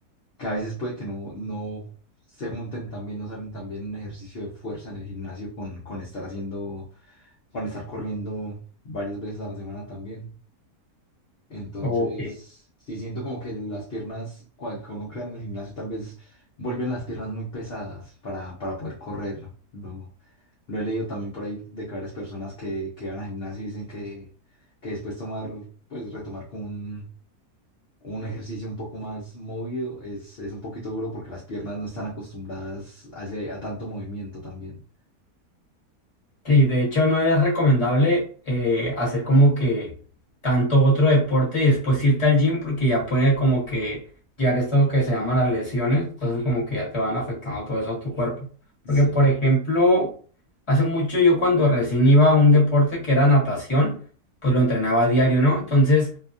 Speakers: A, on the left; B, on the left.
A: que a veces puede que no, no se junten tan bien, no salen tan bien un ejercicio de fuerza en el gimnasio con, con estar haciendo para estar corriendo varias veces a la semana también. Entonces,
B: Ok.
A: sí siento como que las piernas, cua- que uno crea en el gimnasio, tal vez vuelven las piernas muy pesadas para, para poder correr. Lo, lo he leído también por ahí de que varias personas que, que van al gimnasio y dicen que, que después tomar, pues retomar con un, un ejercicio un poco más movido es, es un poquito duro porque las piernas no están acostumbradas a, ese- a tanto movimiento también.
B: Sí, de hecho no es recomendable eh, hacer como que tanto otro deporte y después irte al gym porque ya puede como que llegar a esto que se llaman las lesiones, entonces como que ya te van afectando todo eso a tu cuerpo. Porque
A: sí
B: por ejemplo, hace mucho yo cuando recién iba a un deporte que era natación, pues lo entrenaba a diario, ¿no? Entonces